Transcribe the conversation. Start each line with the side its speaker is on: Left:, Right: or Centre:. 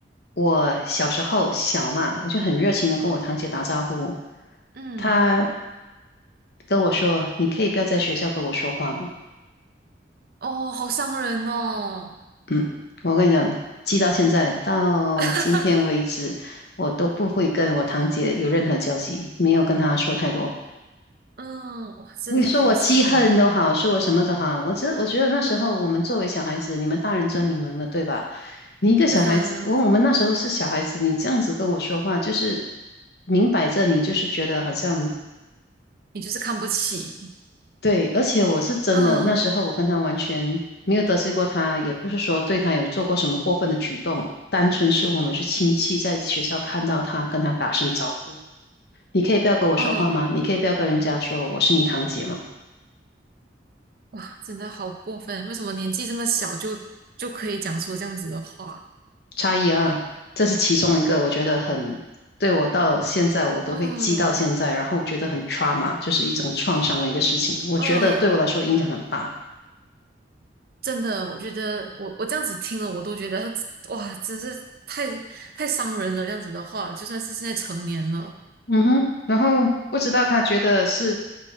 Left: 我小时候小嘛，我就很热情的跟我堂姐打招呼，
Right: 嗯，
Left: 她跟我说：“你可以不要在学校跟我说话吗？”
Right: 哦，好伤人哦。
Left: 嗯，我跟你讲，记到现在到今天为止，
Right: <laughs>
Left: 我都不会跟我堂姐有任何交集，没有跟她说太多。
Right: 嗯，哇，真的好伤人。
Left: 你说我记恨都好，说我什么都好，我只我觉得那时候我们作为小孩子，你们大人争你们的，对吧？你一个小孩子，
Right: 对啊，
Left: 我我们那时候是小孩子，你这样子跟我说话，就是明摆着你就是觉得好像
Right: 你就是看不起。
Left: 对，而且我是真的，
Right: 嗯
Left: 那时候我跟他完全没有得罪过他，也不是说对他有做过什么过分的举动，单纯是我们是亲戚，在学校看到他，跟他打声招呼，你可以不要跟我说话吗？
Right: 嗯，
Left: 你可以不要跟人家说我是你堂姐吗？
Right: 哇，真的好过分。为什么年纪这么小就就可以讲出这样子的话？
Left: 差异啊，这是其中一个，我觉得很，对我到现在我都会记到现在，
Right: 嗯
Left: 然后我觉得很 trauma，就是一种创伤的一个事情，我觉得对我来说影响很大。
Right: 嗯，真的，我觉得我我这样子听了，我都觉得哇，真是太太伤人了。这样子的话，就算是现在成年了，
Left: 嗯哼，然后不知道他觉得是，